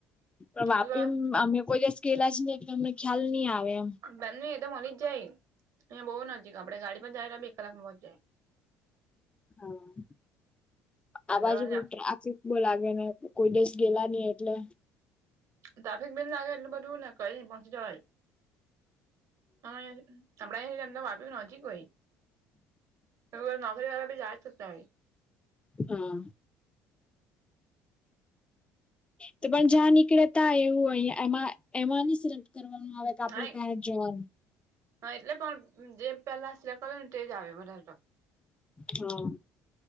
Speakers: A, on the left; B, on the right.
A: પણ વાપી
B: એટલે
A: અમે કોઈ ગયેલા જ ની એટલે અમને ખ્યાલ નહી આવે એમ
B: બંધવી મળી જ જાય અહીયા બહુ નજીક આપડે ગાડી પર જાય તો બે કલાક મો જાય
A: હા અવાજ
B: એટલે
A: ઉપર ટ્રાફિક બો લાગે ને કોઈ દિવસ ગેલા નહી એટલે
B: ટ્રાફિક બીક લાગે એટલું બધુંને કઈ પહોંચ જવાય ના એમના વાપી નજીક હોય ધની વાર બી જાય ન
A: હા તો પણ જ્યાં નીકળે તા એવું હોય એમાં એમાં ન કરવાનું આવે કે આપડે
B: નહી
A: ત્યાં જવાનું
B: હા એટલે પણ જે પેલા સિલેકટ કરે ને તેજ આવે વધારે
A: હા